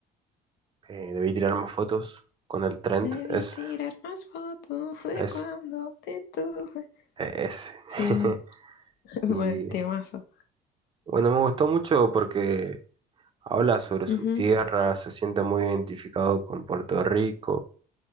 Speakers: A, on the right; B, on the left.
A: eh, debí tirar más fotos con el trend.
B: Debí
A: Es,
B: tirar más fotos, fue
A: es,
B: cuando te tuve.
A: es.
B: Sí,
A: <laughs>
B: <laughs>
A: Y
B: fue temazo.
A: bueno, me gustó mucho porque habla sobre su
B: Ujú,
A: tierra, se siente muy identificado con Puerto Rico.